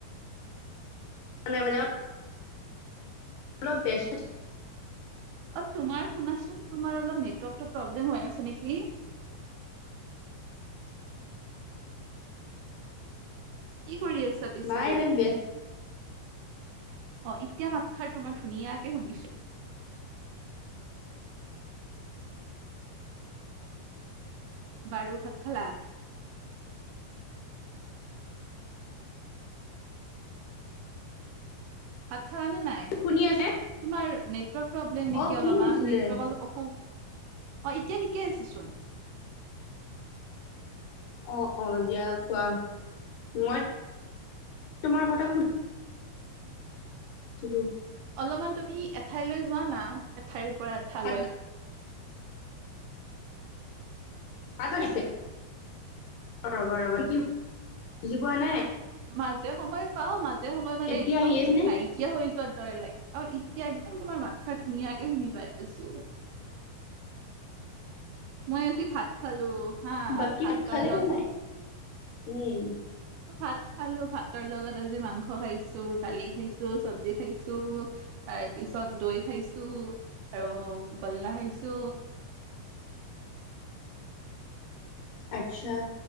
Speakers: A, on the left (about 75°); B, on the right (about 80°).
A: মানে <unintelligible> অলপ ব্যস্ত
B: অ', তোমাৰ শুনাচোন, তোমাৰ অলপ নেটৱৰ্কটো প্ৰব্লেম হৈ আছে নেকি? কি কৰি আছা পিছে?
A: নাই মানে ব্যস্ত
B: অ', এতিয়া মাতষাৰ তোমাৰ ধুনীয়াকে শুনিছোঁ। বাৰু, ভাত খালা? ভাত খালা নে নাই?
A: শুনি আছে
B: তোমাৰ নেটৱৰ্ক প্ৰব্লেম নেকি
A: অ' কি
B: অলপমান?
A: হৈছিলে?
B: নেটৱৰ্ক অলপ অসু অ', এতিয়া ঠিকেই আছে চোন।
A: অ', অ', দিয়া, কোৱা, মই তোমাৰ কথা শুনি ছিলো
B: অলপমান তুমি এঠাইলৈ যোৱা না, এঠাইৰ পৰা এঠাইলৈ
A: ভাত মাত শুনিছে? অ', ৰ'বা ৰ'বা, <unintelligible> কি বুজি পোৱা নাই
B: মাজে সময় পাও, মাজে সময় মানে,
A: এতিয়া
B: একদম
A: আহি আছে
B: তুমি
A: নে?
B: নাই কিয়া হৈ যোৱাৰ দৰে লাগে, অ', এতিয়া একদম তোমাৰ মাতষাৰ, ধুনীয়াকে শুনি পাই আছোঁ। মই আজি ভাত খালো হা,
A: বাকী
B: ভাতৰ
A: ভাত খালে
B: লগত
A: নে নাই? উম
B: ভাত খালো, ভাতৰ লগত আজি মাংস খাইছো, দালি খাইছো, চব্জি খাইছো তাৰ পিছত দৈ খাইছো, আৰু গুল্লা খাইছো।
A: আচ্ছা,